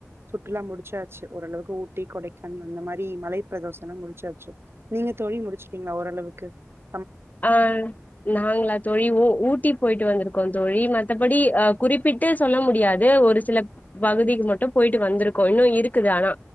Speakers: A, on the right (about 55°); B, on the left (about 35°).
A: சுற்றுலா எல்லாம் முடிச்சாச்சு ஓரளவுக்கு ஊட்டி கொடைக்கானல் அந்த மாதிரி மலை பிரதேஷம் எல்லாம் முடிச்சாச்சு நீங்க தோழி முடிச்சுட்டீங்களா ஓரளவுக்கு ஓகே
B: ஆஹ் நாங்களா தோழி ஊட்டி போயிட்டு வந்திருக்கோம் தோழி மத்தபடி குறிப்பிட்டு சொல்ல முடியாது ஒரு சில பகுதிக்கு மட்டும் போயிட்டு வந்திருக்கோம் இன்னும் இருக்குது ஆனா